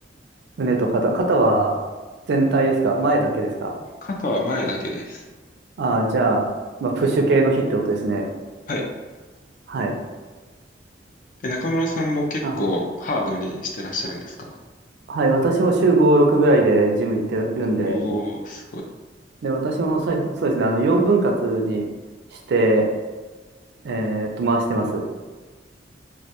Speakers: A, on the right (about 65°); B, on the left (about 45°).
A: 胸と肩。肩は全体ですか前だけですか
B: 肩は前だけです。
A: ああー、じゃあ、まあ、プッシュ系の日ってことですね。
B: はい。
A: はい。
B: え、中村さんも結構ハードにしてらっしゃるんですか
A: あ、はい。私も週5、6ぐらいでジム行ってるんで、
B: おー、すごい。
A: で、私もさいそうですね、あの、4分割にして、えーっと、回してます。